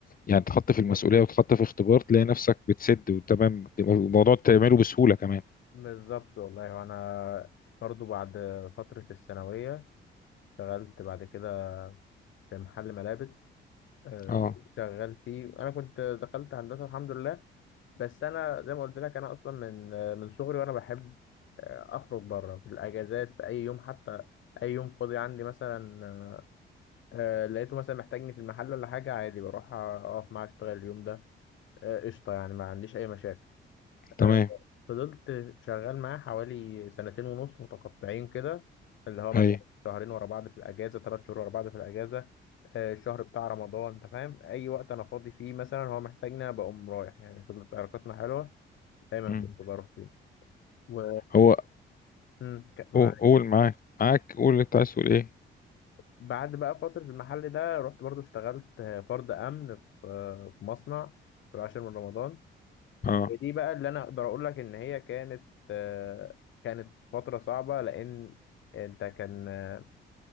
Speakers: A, on the left; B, on the left.
A: يعني تحط
B: بالظبط
A: في المسؤوليه وتحط في اختبار تلاقي نفسك بتسد وتمام بتبقى الموضوع تعمله بسهوله كمان
B: بالظبط والله وانا برضو بعد فترة الثانوية اشتغلت بعد كده في محل ملابس آه،
A: اه
B: كنت شغال فيه انا كنت دخلت هندسة الحمد لله بس انا زي ما قلت لك انا اصلا من آه، من صغري وانا بحب آه، اخرج بره في الاجازات في اي يوم حتى اي يوم فاضي عندي مثلا آه لقيته مثلا محتاجني في المحل ولا حاجة عادي بروح أقف معاه أشتغل اليوم ده آه، قشطة يعني ما عنديش أي مشاكل
A: تمام
B: آه، فضلت شغال معاه حوالي سنتين ونص متقطعين كده اللي هو مثلا
A: اي
B: شهرين ورا بعض في الأجازة ثلاث شهور ورا بعض في الأجازة آه، الشهر بتاع رمضان أنت فاهم أي وقت أنا فاضي فيه مثلا هو محتاجني أنا بقوم رايح يعني فضلت علاقتنا حلوة دايما
A: مم.
B: كنت بروح فيه و...
A: هو
B: مم، ك- مع...
A: قول قول معاك معاك قول اللي انت عايز تقول ايه
B: بعد بقى فترة المحل ده رحت برضو اشتغلت آه، فرد أمن في آه، في مصنع في العاشر من رمضان
A: اه
B: هي دي بقى اللي انا اقدر اقول لك ان هي كانت آه، كانت فتره صعبه لان انت كان آه،